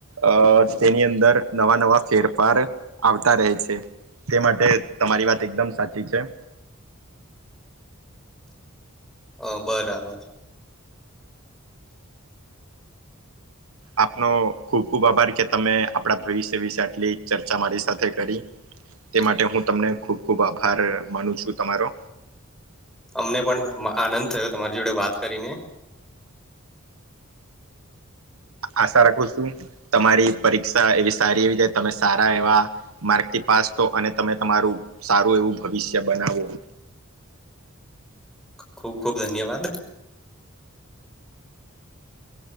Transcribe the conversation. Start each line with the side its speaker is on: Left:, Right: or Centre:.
Right: અ તેની અંદર નવા નવા ફેરફાર આવતા રહે છે. તે માટે તમારી વાત એકદમ સાચી છે.
Centre: અ બરાબર
Right: આપનો ખૂબ ખૂબ આભાર કે તમે આપણા ભવિષ્ય વિશે આટલી ચર્ચા મારી સાથે કરી
Centre: <inaudible>
Right: તે માટે હું તમને ખૂબ ખૂબ આભાર માનું છું તમારો
Centre: અમને પણ આનંદ થયો તમારી જોડે વાત કરીને
Right: આશા રાખું છું તમારી પરીક્ષા એવી સારી એવી જાય તમે સારા એવા માર્કથી પાસ તો અને તમે તમારું સારું એવું ભવિષ્ય બનાવો
Centre: ખૂબ ખુબ ધન્યવાદ